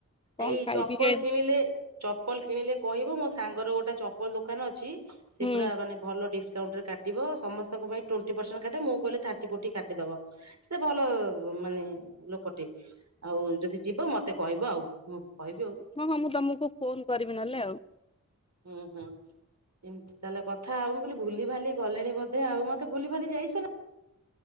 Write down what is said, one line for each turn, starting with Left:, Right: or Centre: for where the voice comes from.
Left: କଣ
Right: ଏଇ
Left: ଖାଇ
Right: ଚପଲ
Left: ପିଇକି ଆଇ
Right: କିଣିଲେ ଚପଲ କିଣିଲେ କହିବୁ ମୋ ସାଙ୍ଗର ଗୋଟେ ଚପଲ ଦୋକାନ ଅଛି। ସେ
Left: ହୁଁ
Right: ପୁରା ମାନେ ଭଲ ଡିସକାଉଣ୍ଟ ରେ କାଟିବ ସମସ୍ତଙ୍କ ପାଇଁ ଟ୍ୱଣ୍ଟି ପର୍ସେଣ୍ଟ କାଟେ ମୁଁ କହିଲେ ଥାର୍ଟି ଫୋଟି କାଟିଦବ। ସେ ଭଲ ମାନେ ଲୋକଟେ ଆଉ ଯଦି ଯିବ ମତେ କହିବ ଆଉ। ହଁ କହିବି ଆଉ।
Left: ହଁ ହଁ ମୁଁ ତମକୁ ଫୋନ କରିବି ନହଲେ ଆଉ।
Right: ହୁଁ ହୁଁ। ଏମିତି ତାହେଲେ କଥା ଆଉ ମୁଁ କହିଲି ଭୁଲି ଭାଲି ଗଲିଣି ବୋଧେ ଆଉ ମତେ ଭୁଲି ଭାଲି ଯାଇସ ନା।